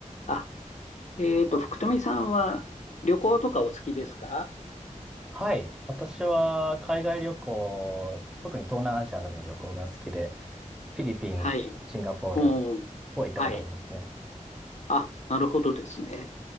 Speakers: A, on the left; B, in the centre.
A: あ、えっと、福富さんは旅行とかお好きですか
B: はい。私は海外旅行、特に東南アジアでの旅行が好きで、フィリピン、
A: はい。
B: シンガポール
A: うん。
B: を行ったことありますね。
A: はい。あ、なるほどですね。